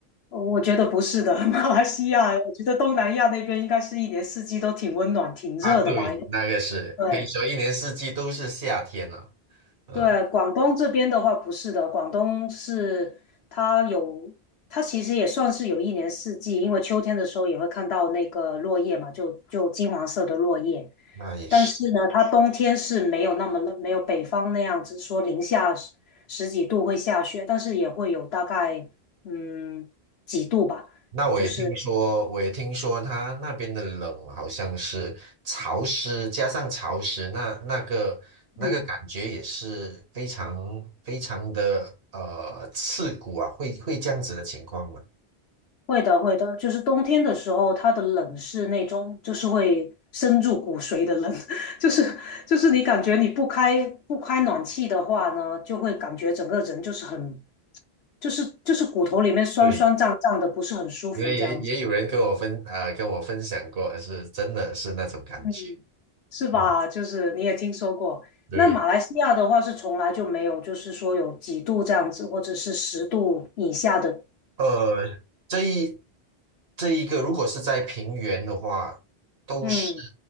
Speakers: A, on the left (about 70°); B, on the right (about 65°).
A: 哦我觉得不是的，<laughs> 马来西亚，我觉得东南亚那边应该是一年四季都挺温暖、挺热的吧？
B: 啊，对，那个是可以说一年四季都是夏天了。
A: 对
B: 呃，
A: 对，广东这边的话不是的，广东是它有，它其实也算是有一年四季，因为秋天的时候也会看到那个落叶嘛，就就金黄色的落叶。
B: 那也是。
A: 但是呢，它冬天是没有那么冷，没有北方那样子说零下十十几度会下雪，但是也会有大概嗯几度吧，
B: 那我也听说，
A: 就是。
B: 我也听说他那边的冷好像是潮湿，加上潮湿，那那个那个感觉也是非常非常的呃刺骨啊，
A: 嗯，
B: 会会这样子的情况吗？
A: 会的，会的，就是冬天的时候，它的冷是那种，就是会深入骨髓的冷，<laughs> 就是就是你感觉你不开不开暖气的话呢，就会感觉整个人就是很就是就是骨头里面酸酸胀胀的，
B: 对，
A: 不是很舒服这样子，
B: 因为也也有人跟我分呃跟我分享过，是真的是那种感觉。
A: 嗯，是吧？
B: 嗯，
A: 就是你也听说过，
B: 对。
A: 那马来西亚的话是从来就没有，就是说有几度这样子，或者是十度以下的，
B: 呃，这一这一个，如果是在平原的话，都是
A: 嗯，